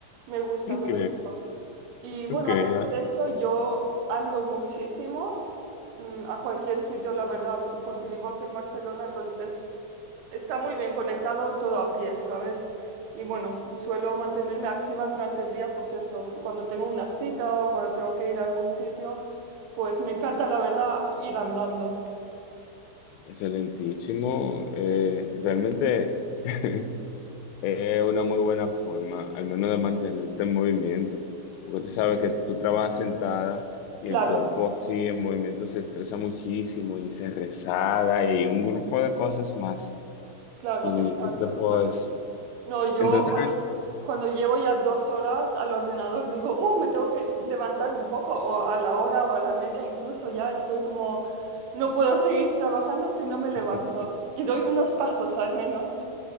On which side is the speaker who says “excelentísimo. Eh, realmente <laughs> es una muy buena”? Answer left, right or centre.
Left